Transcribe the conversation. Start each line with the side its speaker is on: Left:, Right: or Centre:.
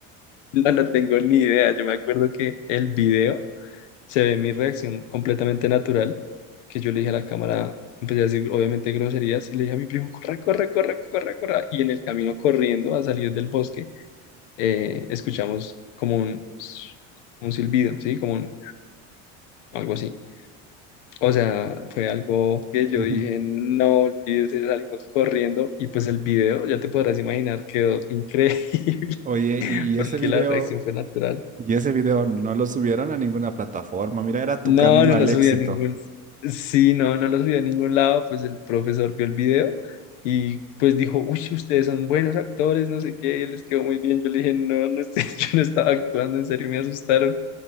Left: No, no tengo ni idea, yo me acuerdo que el video se ve mi reacción completamente natural, que yo le dije a la cámara, empecé a decir obviamente groserías y le dije a mi primo, corre, corre, corre, corre, corre. Y en el camino corriendo a salir del bosque, eh, escuchamos como un, un silbido, ¿sí? Como un- algo así. O sea, fue algo que yo
Right: <laughs>
Left: dije, no olvides, salimos corriendo y pues el video, ya te podrás imaginar, quedó increíble <laughs>
Right: Oye, ¿y, y
Left: porque
Right: ese video?
Left: la reacción fue natural.
Right: Y ese video no lo subieron a ninguna plataforma. Mira, era tu
Left: No,
Right: camino
Left: no
Right: al
Left: lo subí
Right: éxito.
Left: a ningún. Sí, no, no lo subí a ningún lado. Pues el profesor vio el video y pues dijo, uy, ustedes son buenos actores, no sé qué, les quedó muy bien. Yo le dije, no, no estoy, <laughs> yo no estaba actuando, en serio me asustaron.